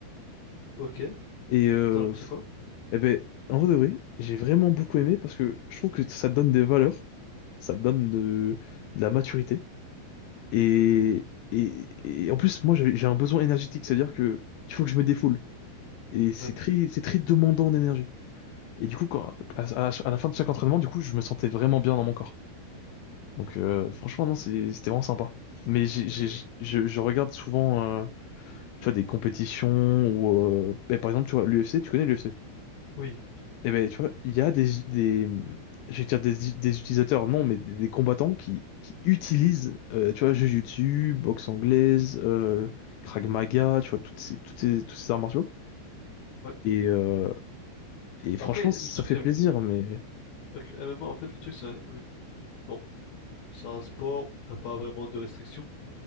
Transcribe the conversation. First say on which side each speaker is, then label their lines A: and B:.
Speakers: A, on the left; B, on the left.
A: Ok.
B: et euh,
A: T'en as pensé quoi?
B: Eh ben, en vrai de vrai, j'ai vraiment beaucoup aimé parce que je trouve que ça te donne des valeurs, ça te donne de, de la maturité. Et, et, et en plus, moi, j'avais- j'ai un besoin énergétique, c'est-à-dire que il faut que je me défoule. Et c'est
A: Ouais.
B: très, c'est très demandant en énergie. Et du coup, quand, à, à- à la fin de chaque entraînement, du coup, je me sentais vraiment bien dans mon corps. Donc, euh, franchement, non, c'est- c'était vraiment sympa. Mais j'ai, j'ai-
A: Ok.
B: je, je regarde souvent, euh, tu vois, des compétitions ou, euh, ben, par exemple, tu vois, l'UFC, tu connais l'UFC?
A: Oui.
B: et ben, tu vois, il y a des, des, je vais dire des, des utilisateurs, non, mais des, des combattants qui, qui utilisent, euh, tu vois, Jujutsu, boxe anglaise, euh, Krav Maga, tu vois, toutes ces, toutes ces, tous ces arts martiaux.
A: Ouais.
B: Et, euh, et franchement,
A: Après,
B: ça
A: le truc
B: fait
A: avec,
B: plaisir, mais
A: avec le MMA, en fait, le truc, c'est. euh, Bon, c'est un sport où t'as pas vraiment de restrictions.